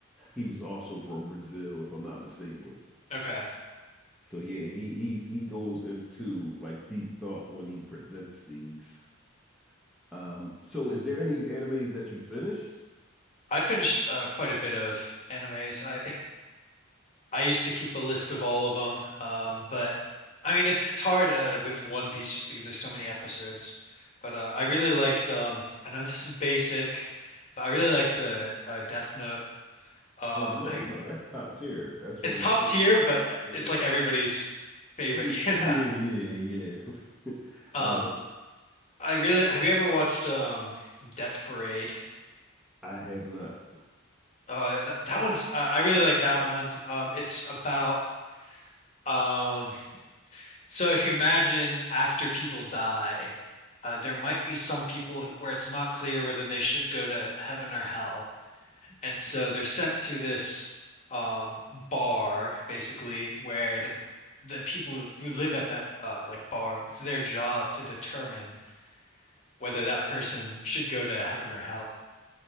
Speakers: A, in the centre; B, on the left (about 35°).
A: he was also from Brazil, if I'm not mistaken.
B: Okay.
A: So yeah, he he he goes into like deep thought when he presents these. Um, so is there any animes that you finished?
B: I finished uh, quite a bit of animes. I I used to keep a list of all of them, um, but I mean it's it's hard uh, with One Piece just because there's so many episodes. But uh, I really liked. Um, I know this is basic, but I really liked uh, uh, Death Note. Um,
A: Oh no,
B: I
A: no, that's top tier. That's
B: it's
A: one of
B: top
A: my favorite.
B: tier, but it's like
A: <laughs>
B: everybody's favorite,
A: Yeah,
B: <laughs> you
A: yeah,
B: know.
A: yeah. yeah. <laughs>
B: Um,
A: Uh,
B: I really have you ever watched um, Death Parade?
A: I have not.
B: Uh, th that one's uh, I really like that one. Um, it's about um So if you imagine after people die, uh, there might be some people who- where it's not clear whether they should go to heaven or hell. And so they're sent to this um, bar, basically, where the the people who who live at that uh, like bar, it's their job to determine whether that person should go to heaven or hell.